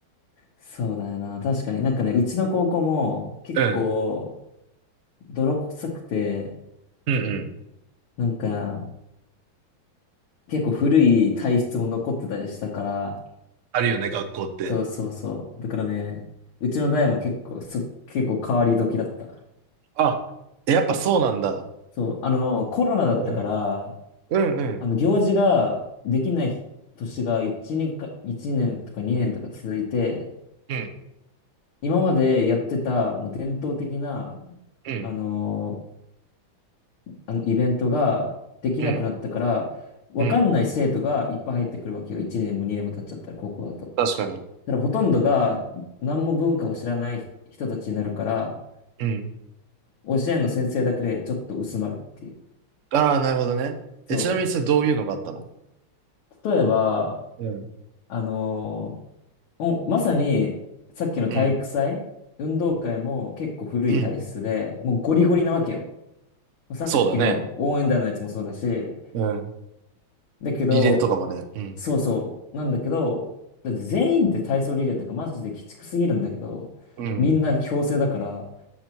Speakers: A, on the left; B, on the right.
A: そうだよな。確かになんかね、うちの高校も結構
B: う。うん。
A: 泥臭くて、
B: うんうん。
A: なんか結構古い体質も残ってたりしたから、
B: あるよね、学校って。
A: そうそうそう。だからね、うちの代も結構、そ、結構変わり時だった。
B: あ、やっぱそうなんだ。
A: そう、あの、コロナだったから、
B: うん。うんうん。
A: あの、行事ができない年が1、年か、1年とか2年とか続いて、
B: うん。
A: 今までやってたもう伝統的な、
B: うん。
A: あのあのイベントができなくなったから、
B: うん。
A: わかんない生徒がいっぱい入ってくるわけよ。
B: うん。
A: 1年も2年も経っちゃったら、高校だと。だ
B: 確かに。
A: からほとんどが何も文化を知らない人たちになるから、
B: うん。
A: 教えんの先生だけでちょっと薄まるっていう。
B: ああ、なるほどね。
A: そ
B: え、ちなみにそれどういうのがあったの
A: う。例えば、
B: うん。
A: あのーおまさにさっきの体育祭、
B: うん。
A: 運動会も結構古い体質で、
B: うん。
A: もうゴリゴリなわけよ。さっきの応援団のやつもそうだし、
B: そうだね。うん。
A: だけど、
B: リレーとかもね。うん。
A: そうそう。なんだけど、だって全員で体操リレーとかマジで鬼畜すぎるんだけど、
B: うん。
A: みんな強制だから、